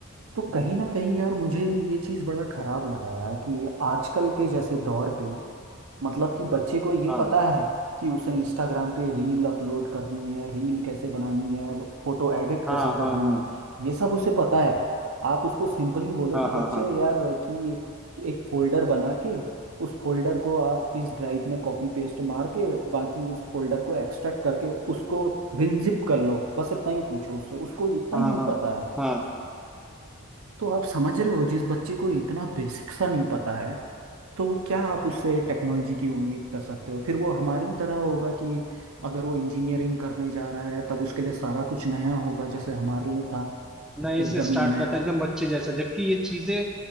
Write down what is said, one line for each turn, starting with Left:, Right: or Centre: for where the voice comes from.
Right: तो कहीं ना कहीं यार मुझे ये चीज़ बड़ा खराब लगा यार कि आजकल के जैसे दौर पे मतलब कि बच्चे को ये
Centre: हाँ
Right: पता है कि उसे इंस्टाग्राम पे रील अपलोड करनी है रील कैसे बनानी है फोटो एडिट
Centre: हाँ
Right: कैसे करनी
Centre: हाँ हाँ
Right: है ये सब उसे पता है आप उसको सिंपली बोलो
Centre: हाँ
Right: कि
Centre: हाँ
Right: बच्चे
Centre: हाँ
Right: यार कि एक फोल्डर बना के उस फोल्डर को आप इस ड्राइव में कॉपी पेस्ट मार के बाकी उस फोल्डर को एक्सट्रैक्ट करके उसको विनजिप कर लो बस इतना ही पूछो उससे उसको इतना
Centre: हाँ
Right: ही
Centre: हाँ
Right: पता है
Centre: हाँ
Right: तो आप समझ रहे हो जिस बच्चे को इतना बेसिक सा नहीं पता है तो क्या आप उससे टेक्नोलॉजी की उम्मीद कर सकते हो फिर वो हमारी तरह होगा कि अगर वो इंजीनियरिंग करने जा रहा है तब उसके लिए सारा कुछ नया होगा जैसे हमारे लिए था
Centre: नए
Right: एकदम
Centre: से स्टार्ट
Right: ही नया
Centre: करता है एकदम बच्चे जैसा जबकि ये चीजें